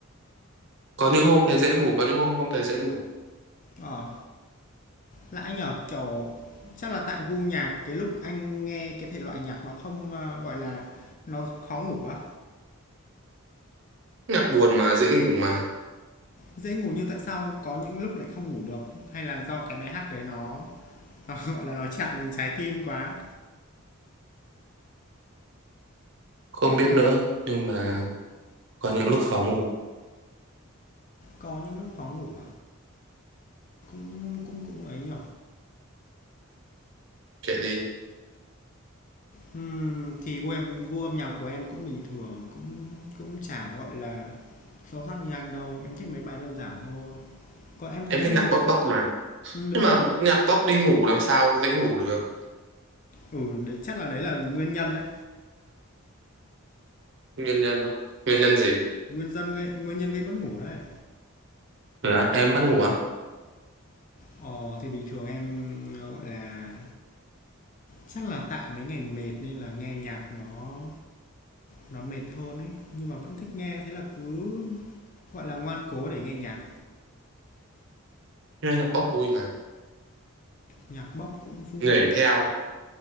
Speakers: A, on the right; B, on the left.
A: có những hôm thấy dễ ngủ có những hôm không thấy dễ ngủ
B: Ờ. Là anh ở, kiểu, chắc là tại gu nhạc cái lúc anh nghe cái thể loại nhạc nó không, a, gọi là, nó khó ngủ quá
A: nhạc buồn mà dễ ngủ mà
B: Dễ ngủ nhưng tại sao có những lúc lại không ngủ được? Hay là do cái bài hát đấy nó nó, <laughs> gọi là, nó chạm đến trái tim quá?
A: không biết nữa nhưng mà có những lúc khó ngủ
B: Có những lúc khó ngủ à? Cũng cũng cũng ấy nhỉ?
A: kệ đi
B: Ừm, thì gu em gu âm nhạc của em cũng bình thường, cũng cũng chả, gọi là, sâu sắc như anh đâu, em thích mấy bài đơn giản thôi. Còn em thấy
A: em thích
B: nhá
A: nhạc bốc bốc mà
B: ừm, đúng
A: nhưng mà
B: rồi,
A: nhạc bốc đi ngủ làm sao dễ ngủ được
B: ừ, đấy chắc là đấy là nguyên nhân đấy.
A: nguyên nhân đó nguyên nhân gì
B: Nguyên dân gây, nguyên nhân gây mất ngủ đấy.
A: Dạ, em bắt ngủ á
B: Ờ thì bình thường em ờ, gọi là chắc là tại mấy ngày mệt nên là nghe nhạc nó nó mệt hơn ấy, nhưng mà vẫn thích nghe thế là cứ gọi là ngoan cố để nghe nhạc,
A: nghe nhạc bốc vui mà
B: nhạc bốc cũng vui.
A: nhảy theo ấy.